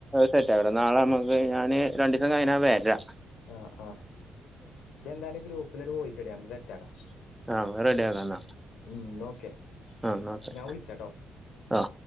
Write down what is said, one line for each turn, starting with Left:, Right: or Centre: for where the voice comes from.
Centre: സെറ്റ്ട്ട നാളെ നമുക്ക് ഞാന് രണ്ടു ദിവസം കഴിഞ്ഞ വരാം
Left: ആ ആ ഇ എന്തായാലും ഗ്രൂപ്പിലരു വോയിസ് ഇട് നമുക്ക് സെറ്റ് ആക്കാം
Centre: ആ റെഡി ആകുന്ന
Left: ഉം ഓക്കെ
Centre: ആ നോക്കെ
Left: ഞാൻ വിളിച്ചാട്ടോ
Centre: ആ